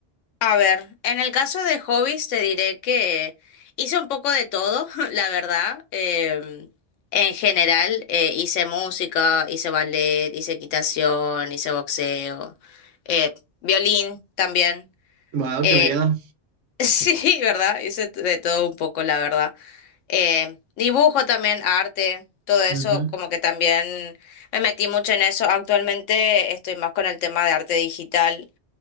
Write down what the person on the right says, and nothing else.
Wow,
qué variado.
Ujú,